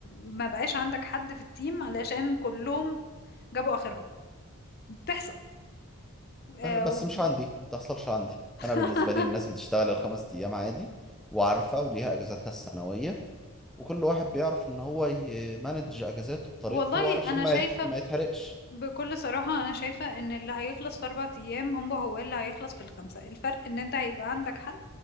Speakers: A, on the left (about 45°); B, in the centre.
A: ما بقاش عندك حد في التيم علشان كلهم جابوا اخرهم بتحصل آه
B: آه، بس
A: و...
B: مش عندي ما بتحصلش عندي
A: <laughs>
B: انا بالنسبه لي الناس بتشتغل الخمس ايام عادي وعارفه وليها اجازاتها السنويه وكل واحد بيعرف ان هو يمانج اجازاته بطريقته
A: والله
B: علشان
A: انا
B: ما
A: شايفة
B: يح... ما يتحرقش
A: بكل صراحة انا شايفة ان اللي هيخلص في اربع ايام هم هو اللي هيخلص في الخمسة الفرق ان انت هيبقى عندك حد